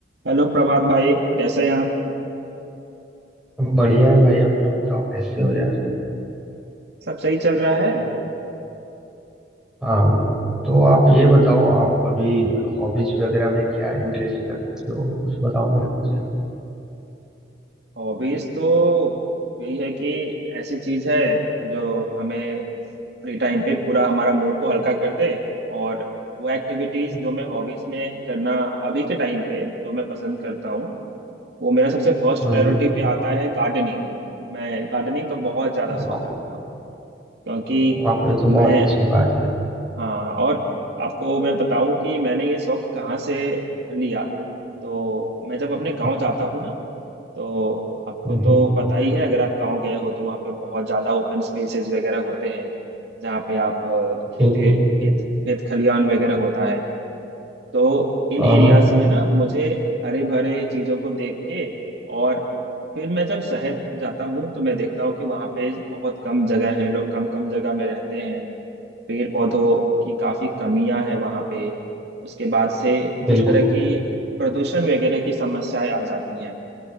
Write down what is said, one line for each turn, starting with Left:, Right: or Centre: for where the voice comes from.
Right: Hello Prabhat भाई कैसे हैं आप
Centre: बढ़िया है भाई अपना बताओ कैसे हो यार
Right: सब सही चल रहा है
Centre: हाँ तो आप ये बताओ आप अभी हॉबीज वगैरह में क्या इंटरेस्ट रखते हो कुछ बताओ मेरे को जरा
Right: हॉबीज तो यही है कि ऐसी चीज है जो हमें फ्री टाइम पे पूरा हमारा मूड को हल्का कर दे और वो एक्टिविटीज
Centre: हाँ,
Right: जो मैं हॉबीज में करना अभी के टाइम पे जो मैं पसंद करता हूँ वो मेरा सबसे फर्स्ट
Centre: हम्म
Right: प्रायोरिटी पे आता है गार्डनिंग मैं गार्डनिंग का बहुत ज्यादा शौक
Centre: वाह
Right: रखता हूँ क्योंकि
Centre: वाह ये तो
Right: मैं
Centre: बहुत अच्छी बात है
Right: हाँ और आपको मैं बताऊं कि मैंने ये शौक कहाँ से लिया तो मैं जब अपने गांव
Centre: हाँ
Right: जाता हूँ ना तो आपको
Centre: हम्म
Right: तो पता ही है अगर आप गांव गए हो तो वहाँ पे बहुत ज़्यादा ओपन स्पेसेस वगैरह होते हैं जहाँ पे आप अ, खेते
Centre: बिल्कुल
Right: खेत खेत खलियान वगैरह होता है तो इन
Centre: हाँ
Right: एरियाज
Centre: हाँ
Right: में ना मुझे हरे भरे चीज़ों को देख के और फिर मैं जब शहर जाता हूँ तो मैं देखता हूँ कि वहाँ पे बहुत कम जगह है लोग कम कम जगह में रहते हैं पेड़ पौधों की काफी कमियां है वहां पे उसके बाद से जिस
Centre: बिल्कुल
Right: तरह
Centre: बिल्कुल
Right: की प्रदूषण वगैरह की समस्याएं आ जाती हैं